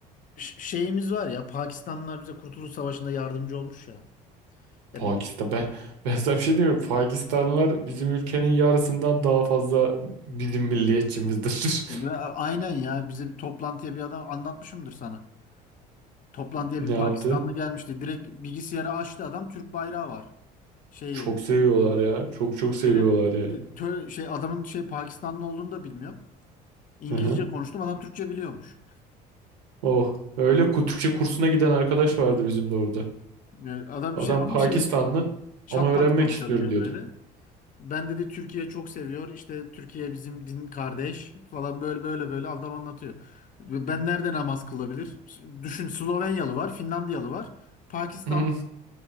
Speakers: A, on the left (about 40°); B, on the right (about 80°).
A: ş- şeyimiz var ya Pakistanlılar bize Kurtuluş Savaşı'nda yardımcı olmuş ya. Ya
B: Pakistan.
A: bi-
B: Ben, <laughs> ben sana bir şey diyeyim mi? Pakistanlılar bizim ülkenin yarısından daha fazla bizim milliyetçimizdir.
A: Ve
B: <laughs>
A: a- Aynen ya bize bir toplantıya bir adam anlatmışımdır sana. Toplantıya
B: Ne
A: bir Pakistanlı
B: yaptı?
A: gelmişti. Direkt bilgisayarı açtı adam Türk bayrağı var. Şeyi
B: Çok seviyorlar ya. Çok çok seviyorlar
A: dedim
B: yani.
A: e, tö- şey adamın şey Pakistanlı olduğunu da bilmiyorum. İngilizce
B: Hı hı.
A: konuştum adam Türkçe biliyormuş.
B: Oh. Öyle ku- Türkçe kursuna giden arkadaş vardı bizim de orada.
A: E, Adam
B: Adam
A: şey ama
B: Pakistanlı
A: şey çat
B: ama öğrenmek
A: pat konuşabiliyor
B: istiyorum diyordu.
A: böyle. Ben dedi Türkiye çok seviyor. İşte Türkiye bizim din kardeş falan böyle böyle böyle adam anlatıyor. Ben nerede namaz kılabilir? Düşün Slovenyalı var, Finlandiyalı var. Pakistanlı
B: Hı.